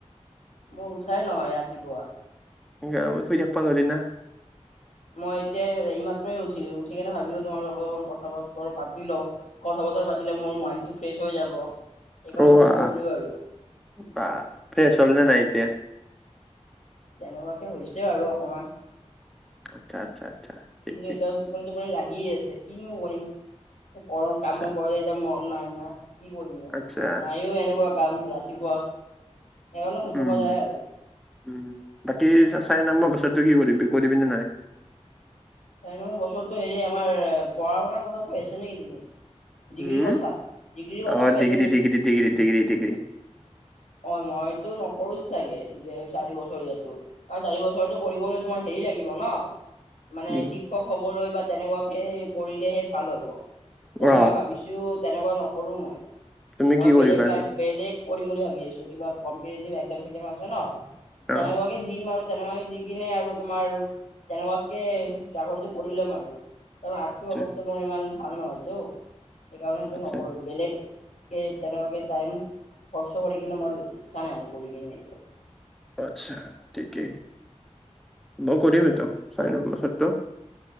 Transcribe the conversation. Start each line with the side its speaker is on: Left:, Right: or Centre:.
Left: মই উঠাই নহয় ৰাতিপুৱা।
Centre: গৰমত শুই থাকবা নৰি না।
Left: মই এতিয়া এই মাত্ৰই উঠিলোঁ। উঠিকেনে ভাবিলোঁ, তোমাৰ লগত লগত অকন কথা-বতৰ পাতি লওঁ। কথা কথা পাতিলে মোৰ মাইনটো ফ্ৰেছ হৈ যাব। এইকাৰণে
Centre: ওৱা,
Left: ফোনটো কৰিলো আৰু
Centre: বাহ। ফ্ৰেছ হ'ল নে নাই এতিয়া?
Left: তেনেকুৱাকে হৈছে আৰু অকমান।
Centre: আচ্ছা - আচ্ছা। ঠিক
Left: কিন্তু
Centre: ঠিক
Left: এতিয়া টোপনি - টোপনি লাগি আছে। কিনো কৰিম? গৰম-
Centre: আচ্ছা
Left: কামবন কৰা যে এতিয়া মন নাই - নাই। কি কৰিম নো?
Centre: আচ্ছা
Left: নাই অ' এনেকুৱা কাম ৰাতিপুৱা সেইকাৰণে শুই
Centre: উম
Left: থকা যায় আৰু।
Centre: উম বাকী চাৰি নাম্বৰ বছৰটো কি কৰিবি? কৰিবি নে নাই?
Left: চাৰি নম্বৰ বছৰটো হেৰি আমাৰ অ' পঢ়াশুনাৰ কথা কৈ আছা নেকি তুমি? ডিগ্ৰীৰ
Centre: উম
Left: কথা, ডিগ্ৰীৰ কথা
Centre: অ
Left: কৈ
Centre: ডিগ্ৰী
Left: আছে নেকি?
Centre: ডিগ্ৰী ডিগ্ৰী ডিগ্ৰী ডিগ্ৰী
Left: অ' মইতো নকৰোঁ চাগে, যে চাৰি বছৰ ইয়াতো। কাৰণ চাৰি বছৰটো কৰিবলৈ তোমাৰ হেৰি লাগিব ন। মানে
Centre: কি
Left: শিক্ষক হবলৈ বা তেনেকুৱাকে কৰিলেহে ভাল হ'ব। ত
Centre: অ
Left: মই ভাবিছো তেনেকুৱা নকৰো মই
Centre: তুমি
Left: মই
Centre: কি কৰিবা
Left: বেলেগ ল
Centre: জানে
Left: বেলেগ কৰিম বুলি ভাব। কিবা কম্পেতিতিভ একজাম সেকজম আছে নহ, তেনেকুৱা
Centre: অ
Left: কে দিম অৰো <unintelligible> তেনেকুৱা দি কিনে আৰু তোমাৰ তেনেকুৱাকে চাকৰিটো কৰি লম আৰু ত আৰ্থিক
Centre: আচ্ছা
Left: অৱস্থা মোৰ ইমান ভাল নহয়তো সেইকাৰণে সেইটো
Centre: আচ্ছা
Left: নকৰো বেলেগ। তেনেকুৱাকে তাইম খৰচ কৰি কিনে মোৰ ইচ্ছা নাই আৰু কৰি কিনে এই বিলাক।
Centre: আচ্ছা, ঠিকেই। মই কৰিম এইটো ছয় নং পাছত টো?